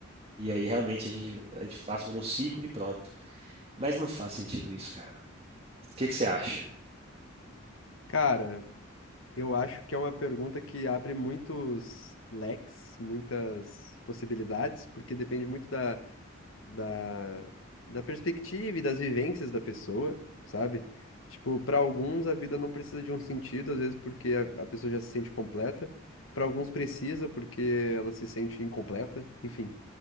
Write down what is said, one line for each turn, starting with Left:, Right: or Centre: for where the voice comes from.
Right: E aí realmente a gente, a gente passa por um ciclo e pronto. Mas não faz sentido isso, cara. O que que você acha?
Left: Cara, eu acho que é uma pergunta que abre muitos leques, muitas possibilidades, porque depende muito da da, da perspectiva e das vivências da pessoa, sabe? Tipo, para alguns a vida não precisa de um sentido, às vezes porque a, a pessoa já se sente completa. Para alguns precisa porque ela se sente incompleta, enfim.